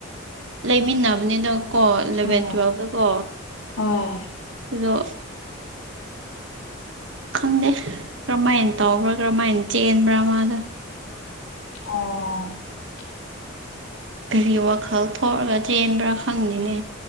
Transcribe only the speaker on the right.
ꯂꯩꯃꯤꯟꯅꯕꯅꯤꯅ ꯀꯣ ꯏꯂꯚꯦꯟ
ꯇꯨꯋꯦꯜꯕꯇ ꯀꯣ
ꯑꯗꯣ ꯈꯪꯗꯦ ꯀꯔꯝꯍꯥꯏꯅ
ꯇꯧꯕ꯭ꯔꯥ ꯀꯔꯝꯍꯥꯏꯅ ꯆꯦꯟꯕ꯭ꯔꯥ ꯃꯥꯅꯣ
ꯀꯔꯤ ꯋꯥꯈꯜ ꯊꯣꯛꯂꯒ ꯆꯦꯟꯕ꯭ꯔꯥ ꯈꯪꯅꯤꯅꯦ